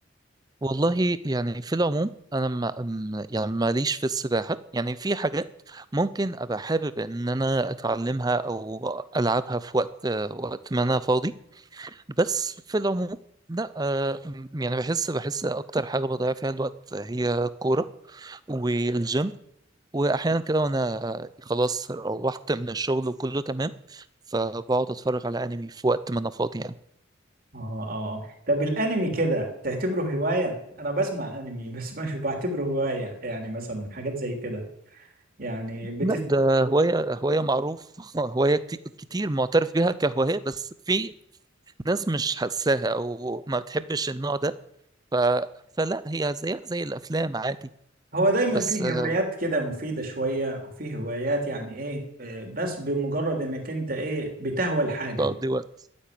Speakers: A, on the right; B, on the right.
A: والله يعني في العموم انا ما م- يعني ماليش في السباحه يعني في حاجات ممكن ابقى حابب ان انا اتعلمها او العبها في وقت وقت ما انا فاضي بس في العموم لا آه، م- يعني بحس بحس اكتر حاجه بضيع فيها الوقت هي الكوره والجيم واحيانا كده وانا خلاص روحت من الشغل وكله تمام فبقعد اتفرج على انمي في وقت ما انا فاضي يعني
B: اه اه آه. طب الانمي كده تعتبره هوايه انا بسمع انمي <laughs> بس مش بعتبره هوايه يعني مثلا حاجات زي كده يعني بتت...
A: لا ده هواية هواية معروف <laughs> هواية كتي- كتير معترف بيها كهواية بس في ناس مش حاساها أو ما بتحبش النوع ده ف... فلا هي زيها زي الأفلام عادي
B: هو دايما
A: بس
B: فيه
A: آه،
B: هوايات كده مفيده شويه او فيه هوايات يعني ايه آه، بس بمجرد انك انت ايه بتهوى الحاجه
A: بتقضي
B: دي
A: وقت